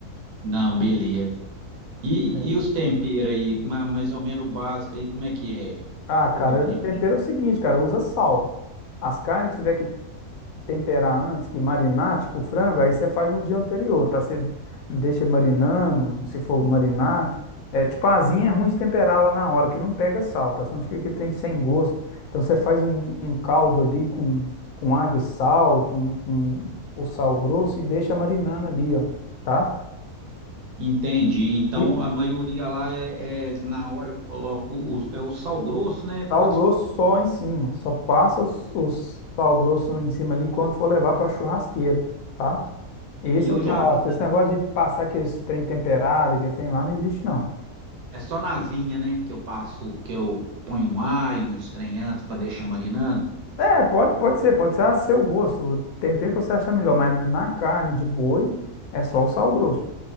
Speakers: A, on the right; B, on the left.
A: Não,
B: tá?
A: beleza. E,
B: É.
A: e os temperos aí, ma- mais ou menos o básico aí, como é que é?
B: Ah, cara,
A: Pra me temperar.
B: tempero é o seguinte, cara, usa sal. As carnes que tiver que temperar antes, que marinar, tipo frango, aí você faz no dia anterior, tá? Você deixa marinando, se for marinar. É, tipo, a asinha é ruim de temperar lá na hora, que não pega sal, tá? Senão fica que tem sem gosto. Então você faz um, um caldo ali com, com água e sal, com, com o sal grosso e deixa marinando ali, ó, tá?
A: Entendi. Então
B: E
A: a maioria lá é, é- na hora eu coloco o, é o sal grosso, né? Pode,
B: sal grosso só em cima, só passa os, os sal grosso em cima ali quando for levar para churrasqueira, tá? E esse
A: e eu
B: é o churrasco.
A: já vi, ta-
B: Esse negócio de passar aqueles trem temperado, aqueles trem lá, não existe, não.
A: é só na asinha, né? Que eu passo, que eu ponho um alho, uns trem antes para deixar marinando.
B: É, pode, pode ser, pode ser a seu gosto, o tempero que você achar melhor, mas na carne de boi é só o sal grosso,